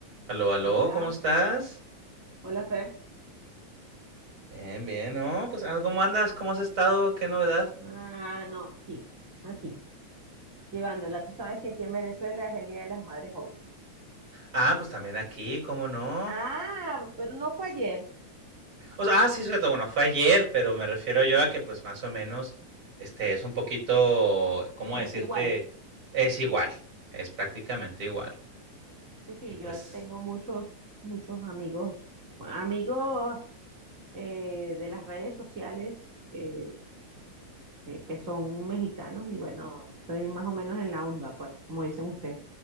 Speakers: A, on the right; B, on the right.
A: Aló, aló,
B: Hola,
A: ¿cómo estás?
B: hola Fer.
A: Bien, bien, ¿no? Pues, ah, ¿cómo andas? ¿Cómo has estado? ¿Qué novedad?
B: Ah, no, aquí, aquí, llevándola. Tú sabes que aquí en Venezuela es el Día de las Madres hoy.
A: Ah, pues también aquí, ¿cómo no?
B: Ah, pero no fue ayer,
A: O sea, ah, sí, cierto, bueno, fue ayer, pero me refiero yo a que, pues, más o menos, este, es un poquito, ¿cómo
B: es
A: decirte?
B: igual.
A: Es igual, es prácticamente igual.
B: Sí, sí,
A: Y pues,
B: yo tengo muchos, muchos amigos, amigos eh, de las redes sociales eh, eh, que son mexicanos y bueno, estoy más o menos en la onda, pues, como dicen ustedes.